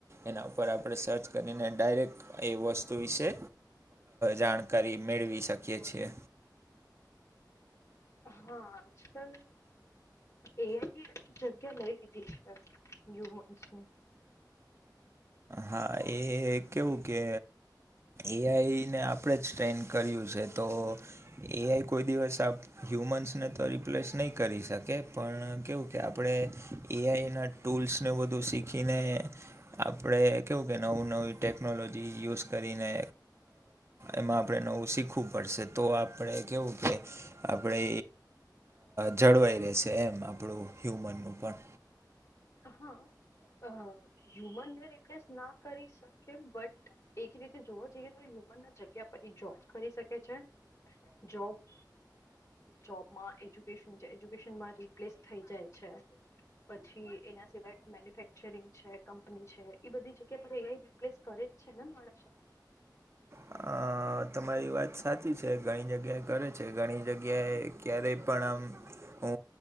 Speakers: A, on the right (about 35°); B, on the left (about 45°).
A: એના ઉપર આપણે સર્ચ કરીને ડાયરેક્ટ એ વસ્તુ વિશે જાણકારી મેળવી શકીએ છીએ.
B: હા આજકાલ એઆઈ જગ્યા લઈ લીધી છે હયુમન્સની
A: હા એ કેવું કે એઆઈને આપણે જ ટ્રેન્ન કર્યું છે તો એઆઈ કોઈ દિવસ આપ હ્યુમન્સને તો રિપ્લેસ નહીં કરી શકે પણ કેવું કે આપણે એઆઈના ટૂલ્સને બધું શીખીને આપણે કેવું કે નવું નવી ટેકનોલોજી યુઝ કરીને એમાં આપણે નવું શીખવું પડશે તો આપણે કેવું કે આપણે જળવાઈ રહેેશે એમ આપણું હ્યુમનનું પણ
B: હા હા હ્યુમનને રીપ્લેસ ના કરી શકે બટ એક રીતે જોવા જઈએ તો હ્યુમન ની જગ્યા પર જોબ કરી શકે છે જોબ જોબમાં એજ્યુકેશન એજ્યુકેશનમાં રિપ્લેસ થઈ જાય છે. પછી એના સિવાય મેન્યુફેક્ચરિંગ છે કંપની છે એ બધી જગ્યા પર એઆઈ રીપ્લેસ કરે જ છે ને માણસો <inaudible>
A: અ તમારી વાત સાચી છે ઘણી જગ્યાએ કરે છે ઘણી જગ્યાએ ક્યારેય પણ આમ અ